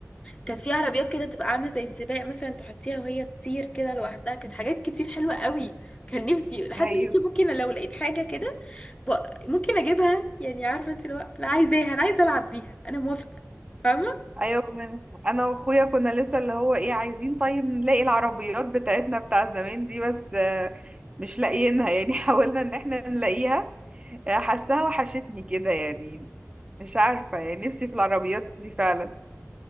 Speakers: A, on the left; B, on the right.
A: كانت في عربيات كده تبقى عامله زي السباق مثلا تحطيها وهي تطير كده لوحدها كانت حاجات كتير حلوه قوي كان نفسي لحد
B: ايوه
A: دلوقتي ممكن لو لقيت حاجه كده ب- ممكن اجيبها يعني عارفه انت لو انا عايزاها انا عايزه العب بيها انا موافقه فاهمه
B: ايوه من انا واخويا كنا لسه اللي هو ايه عايزين طيب نلاقي العربيات بتاعتنا بتاع زمان دي بس آه، مش لاقيينها يعني <laughs> حاولنا ان احنا نلاقيها آه، حاساها وحشتني كده يعني مش عارفة يعني نفسي في العربيات دي فعلا